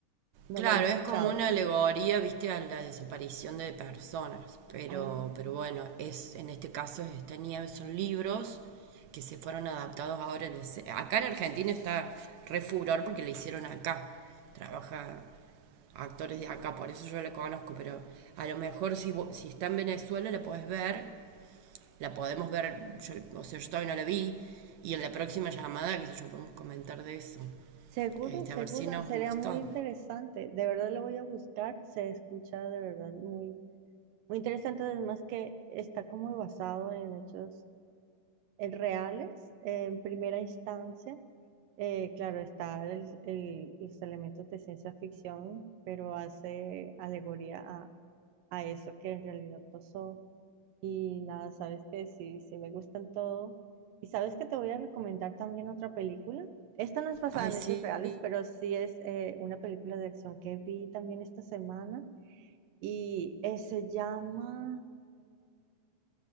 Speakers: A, on the right (about 85°); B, on the right (about 70°).
A: no
B: Claro,
A: lo había escuchado.
B: es como una alegoría, viste, a la desaparición de personas, pero,
A: Ah,
B: pero bueno, es, en este caso es esta nieve, son libros que se fueron adaptados ahora. en el- Acá en Argentina está re furor porque le hicieron acá, trabaja actores de acá, por eso yo la conozco, pero a lo mejor si, vo- si está en Venezuela la podés ver, la podemos ver, yo, o sea, yo todavía no la vi, y en la próxima llamada, qué sé yo, podemos comentar de eso,
A: seguro,
B: este,
A: seguro,
B: a ver si nos
A: sería
B: gustó.
A: muy interesante. De verdad lo voy a buscar, se escucha de verdad muy Muy interesante además que está como basado en hechos eh, reales eh, en primera instancia. Eh, claro, está el- el- los elementos de ciencia ficción, pero hace alegoría a, a eso que en realidad pasó. Y nada, sabes que sí, sí me gustan todo. Y sabes que te voy a recomendar también otra película. Esta no es basada
B: Ay,
A: en
B: sí.
A: hechos reales, pero sí es eh, una película de acción que vi también esta semana y eh, se llama...